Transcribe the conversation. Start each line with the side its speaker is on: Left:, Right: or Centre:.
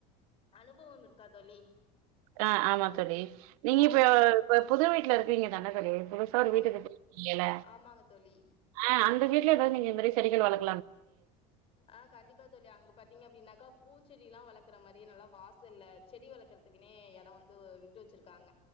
Left: அனுபவம் இருக்கா தோழி
Right: ஆ ஆமா தோழி நீங்க இப்
Left: ம்
Right: இப்ப புது வீட்ல இருக்கிறீங்க தான தோழி <unintelligible> ஒரு
Left: ஆமா
Right: வீட்டுக்கு <inaudible> எல
Left: ஆமாங்க தோழி.
Right: அ அந்த இந்த வீட்ல ஏதாவது நீங்க இது மாரி செடிகள் வளர்
Left: அ கண்டிப்பா தோழி அங்க பாத்தீங்க அப்டின்னாக்கா பூச்சடிலா வளக்குற மாரி நல்ல வாசல்ல செடி வளக்குறதுக்குனே எடோ வந்து விட்டு வச்சுருக்காங்க